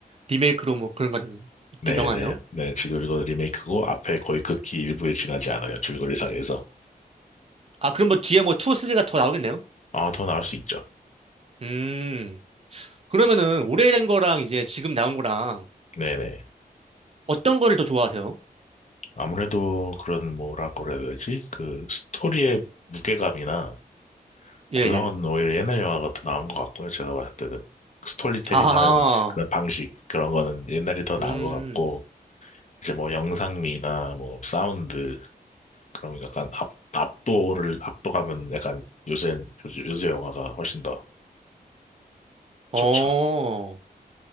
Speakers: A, on the right; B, on the left.
A: 리메이크로 뭐 그런 건
B: 네네.
A: 영화네요.
B: 네, 지금 이건 리메이크고 앞에 거의 극히 일부에 지나지 않아요. 줄거리상에서.
A: 아, 그럼 뭐 뒤에 뭐 2, 3가 더 나오겠네요?
B: 아, 더 나올 수 있죠.
A: 음, 그러면은 오래된 거랑 이제 지금 나온 거랑
B: 네네.
A: 어떤 거를 더 좋아하세요?
B: 아무래도 그런 뭐라고 그래야 되지? 그 스토리의 무게감이나 구성은
A: 예, 예.
B: 오히려 옛날 영화가 더 나은 것 같고요. 제가 봤을 때는. 스토리텔링
A: 아,
B: 하는 그런 방식, 그런 거는 옛날이 더
A: 음,
B: 나은 것 같고, 이제 뭐 영상미나 뭐 사운드 그런 거 약간 압, 압도를 압도감은 약간 요새 요새 요새 영화가 훨씬 더
A: 어.
B: 좋죠.